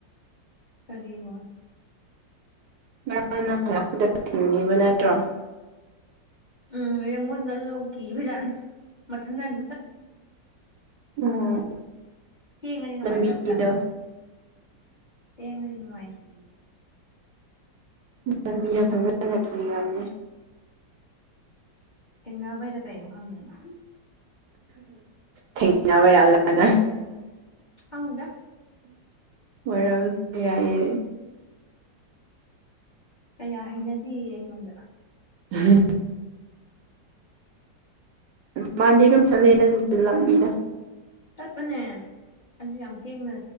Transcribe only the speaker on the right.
ꯉꯔ ꯅꯪ ꯍꯥꯏꯔꯛꯄꯗ ꯊꯤꯡꯉꯕ ꯅꯠꯇ꯭ꯔꯣ
ꯎꯝ
ꯂꯝꯕꯤꯗꯣ
ꯂꯝꯕꯤ ꯌꯥꯝ ꯐꯖꯖꯅ ꯊꯤ ꯌꯥꯝꯅꯤ
ꯊꯦꯡꯅꯕ ꯌꯥꯜꯂꯅ
ꯃꯔꯝꯁꯨ ꯌꯥꯏꯌꯦ
ꯎꯝ ꯎꯝ ꯃꯥꯟꯗꯦ ꯑꯗꯨꯝ ꯆꯠꯂꯦꯗ ꯂꯝꯕꯤꯗ